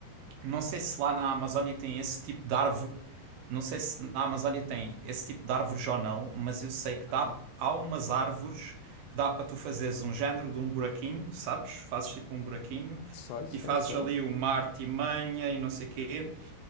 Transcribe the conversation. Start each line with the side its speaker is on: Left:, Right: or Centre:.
Right: não sei se lá na Amazónia tem esse tipo de árvore, não sei se na Amazónia tem esse tipo de árvores ou não, mas eu sei
Left: Ok.
Right: que dá, há umas árvores que dá para tu fazeres um género de um buraquinho, sabes? Fazes tipo um buraquinho
Left: Sei, sei,
Right: e fazes
Left: sei.
Right: ali uma artimanha e não sei quê.